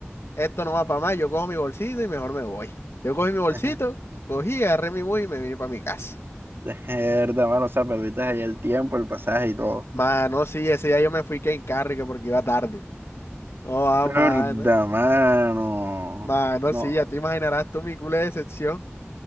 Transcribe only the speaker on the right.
<laughs>
Verdad, mano, o sea, perdiste ahí el tiempo, el pasaje y todo.
Verdad,
mano.
No,